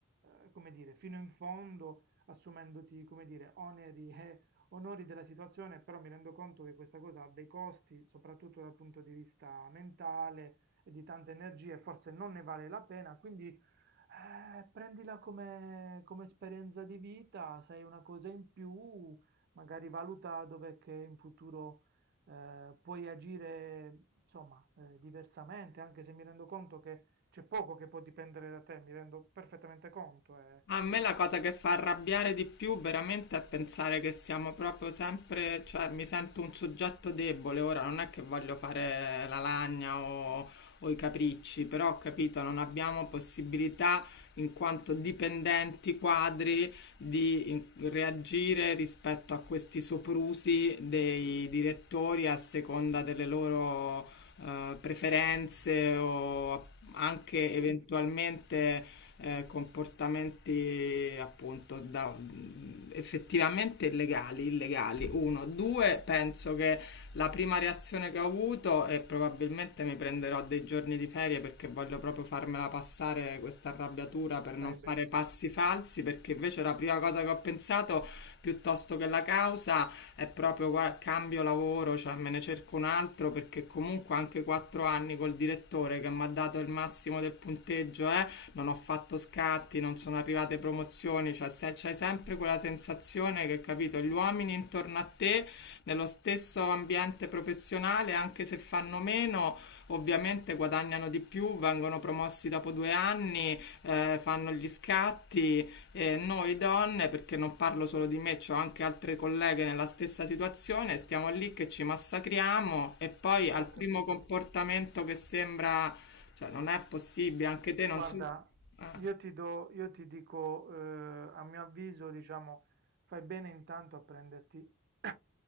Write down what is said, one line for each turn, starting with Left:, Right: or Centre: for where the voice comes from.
Right: eh, come dire, fino in fondo, assumendoti, come dire, oneri e onori della situazione, però mi rendo conto che questa cosa ha dei costi, soprattutto dal punto di vista mentale e di tante energie, forse non ne vale la pena, quindi eh, prendila come, come esperienza di vita, sai una cosa in più, magari valuta dov'è che in futuro eh, puoi agire insomma eh, diversamente, anche se mi rendo conto che c'è poco che può dipendere da te, mi rendo perfettamente conto. eh.
Left: A me la cosa che fa arrabbiare di più veramente è pensare che siamo proprio sempre, cioè mi sento un soggetto debole, ora non è che voglio fare la lagna o, o i capricci, però ho capito, non abbiamo possibilità in quanto dipendenti quadri di in- reagire rispetto a questi soprusi dei direttori a seconda delle loro eh, preferenze o anche
Right: Sì,
Left: eventualmente eh, comportamenti appunto da- mm, effettivamente illegali, illegali. Uno, due, penso che la prima reazione che ho avuto e probabilmente mi prenderò dei giorni di ferie perché voglio proprio farmela passare questa arrabbiatura per non
Right: fai
Left: fare
Right: bene,
Left: passi falsi, perché invece la prima cosa che ho pensato piuttosto che la causa è proprio guarda, cambio lavoro, cioè me ne cerco un altro perché comunque anche quattro anni col direttore che mi ha dato il massimo del punteggio, eh, non ho fatto scatti, non sono arrivate promozioni, cioè se- c'hai sempre quella sensazione che, capito, gli uomini intorno a te, nello stesso ambiente professionale, anche se fanno meno, ovviamente guadagnano di più, vengono promossi dopo due anni, eh, fanno gli scatti e noi donne, perché non parlo solo
Right: sì,
Left: di me, ho anche altre colleghe nella stessa situazione, stiamo lì che ci massacriamo e poi al
Right: ho
Left: primo
Right: capito.
Left: comportamento che sembra, cioè non è possibile, anche te non
Right: Guarda,
Left: so. Eh,
Right: io ti do, io ti dico, eh, a mio avviso, diciamo, fai bene intanto a prenderti, <coughs>